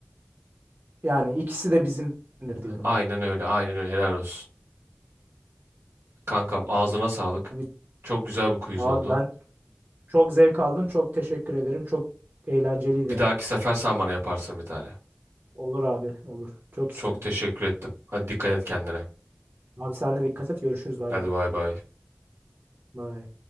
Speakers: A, on the right; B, on the right.
A: Yani ikisi de bizimdir diyorum
B: Aynen
A: ben.
B: öyle. Aynen öyle. Helal olsun. Kankam ağzına sağlık.
A: Abi,
B: Çok güzel bir quiz
A: abi
B: oldu.
A: ben çok zevk aldım. Çok teşekkür ederim. Çok eğlenceliydi
B: Bir
A: yani.
B: dahaki sefer sen bana yaparsın bir tane.
A: Olur abi olur. Çok isterim.
B: Çok teşekkür ettim. Hadi dikkat et kendine.
A: Abi sen de dikkat et. Görüşürüz. Bay
B: Hadi
A: bay.
B: bay bay.
A: Bay.